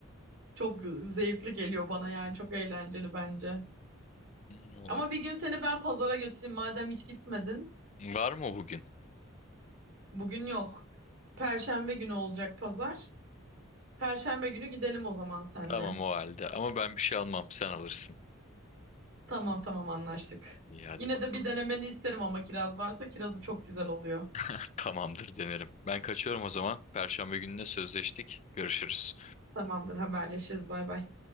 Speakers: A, on the right; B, on the left.
A: Çok zevkli geliyor bana yani çok eğlenceli bence.
B: Hmm, olabilir.
A: Ama bir gün seni ben pazara götüreyim madem hiç gitmedin.
B: Var mı bugün?
A: Bugün yok. Perşembe günü olacak pazar. Perşembe günü gidelim o zaman seninle.
B: Tamam o halde. Ama ben bir şey almam. Sen alırsın.
A: Tamam tamam anlaştık.
B: İyi hadi
A: Yine
B: bakalım.
A: de bir denemeni isterim ama kiraz varsa kirazı çok güzel oluyor.
B: <laughs> Tamamdır denerim. Ben kaçıyorum o zaman. Perşembe gününe sözleştik. Görüşürüz.
A: Tamamdır haberleşiriz bay bay.